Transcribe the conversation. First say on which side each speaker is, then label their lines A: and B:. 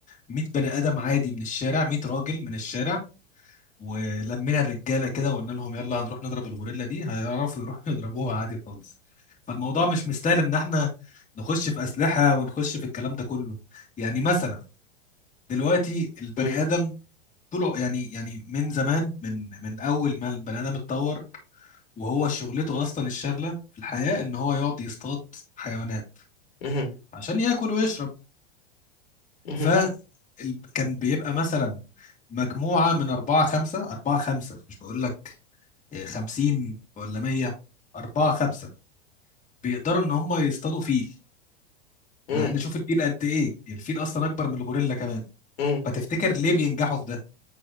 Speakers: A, on the left; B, on the left.
A: 100 بني ادم عادي من الشارع 100 راجل من الشارع ولمينا الرجاله كده وقلنا لهم يلا هنروح نضرب الغوريلا دي هيعرفوا يروحوا <laughs> يضربوها عادي خالص فالموضوع مش مستاهل ان احنا نخش في اسلحه ونخش في الكلام ده كله يعني مثلا دلوقتي البني
B: مم.
A: ادم طلع يعني يعني من زمان من من اول ما البني ادم اتطور وهو شغلته اصلا الشغله في الحياه ان هو يقعد يصطاد حيوانات
B: مم.
A: عشان ياكل ويشرب
B: مم.
A: ف ال- كان بيبقى مثلا مجموعه من اربعه خمسه اربعه خمسه مش بقول لك آه، خمسين ولا مية اربعه خمسه بيقدروا ان هم يصطادوا فيل
B: مم.
A: مع ان شوف الفيل قد ايه الفيل اصلا اكبر من الغوريلا كمان
B: مم.
A: فتفتكر ليه بينجحوا في ده